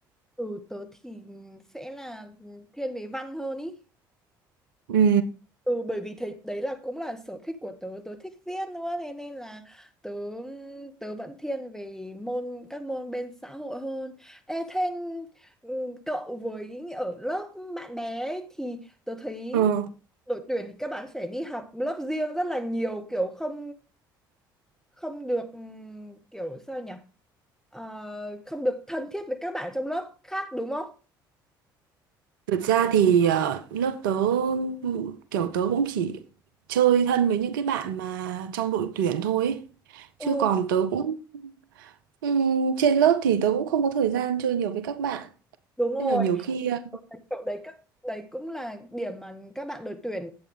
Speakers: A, in the centre; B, on the right.
A: Ừ, tớ thì sẽ là thiên về văn hơn ý.
B: Ừ.
A: Ừ, bởi vì thế đấy là cũng là sở thích của tớ tớ thích viết nữa thế nên là tớ tớ vẫn thiên về môn các môn bên xã hội hơn Ê, thế ừ, cậu với ở lớp bạn bè ấy, thì tớ thấy
B: Ừ.
A: đội tuyển thì các bạn phải đi học lớp riêng rất là nhiều kiểu không không được ừm, kiểu sao nhỉ Ờ, không được thân thiết với các bạn trong lớp khác đúng không?
B: Thực ra thì ờ, lớp tớ kiểu tớ cũng chỉ chơi thân với những cái bạn mà trong đội tuyển thôi ấy.
A: Ừ,
B: Chứ còn tớ cũng Ừm, trên lớp thì tớ cũng không có thời gian chơi nhiều với các bạn
A: đúng rồi
B: nên là nhiều khi ờ,
A: Tôi thấy chỗ đấy các đấy cũng là điểm mà các bạn đội tuyển